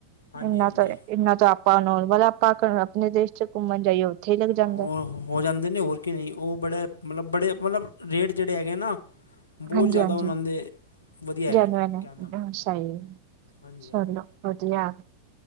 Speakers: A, on the left; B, on the right.
A: ਹਾਂਜੀ
B: ਐਨਾ
A: ਹਾਂਜੀ
B: ਤਾਂ ਐਨਾ ਤਾਂ। ਆਪਾਂ ਨੌਰਮਲ ਆਪਾਂ ਅ ਆਪਣੇ ਦੇਸ਼ ਚ ਘੁੰਮਣ ਜਾਈਏ ਓਥੇ ਈ ਲੱਗ
A: ਹਾਂ,
B: ਜਾਂਦਾ।
A: ਉਹ ਹੋ ਜਾਂਦੇ ਨੇ ਹੋਰ ਕੀ ਨ‌ਈ, ਓ ਬੜੇ ਮਲਬ ਬੜੇ ਮਲਬ ਰੇਟ ਜਿਹੜੇ ਹੈਗੇ ਨਾ, ਬਹੁ
B: ਹਾਂਜੀ
A: ਜ਼ਆਦਾ
B: ਹਾਂਜੀ
A: ਓਨਾਂ ਦੇ ਵਧੀਆ ਹੈਗੇ
B: ਜੈਨੂਅਨ ਨੇ,
A: ਕਹਿਣ ਦਾ ਮਤਲਬ।
B: ਸਹੀ ਏ,
A: ਹਾਂਜੀ
B: ਚਲੋ
A: ਹਾਂਜੀ
B: ਵਧੀਆ,